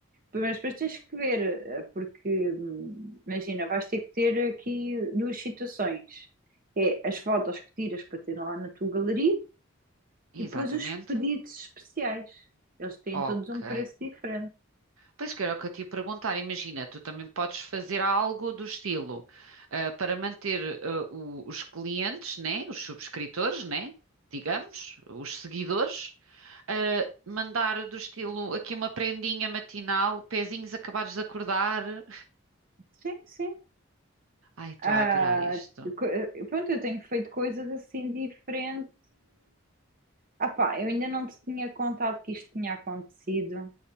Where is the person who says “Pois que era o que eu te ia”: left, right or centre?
Right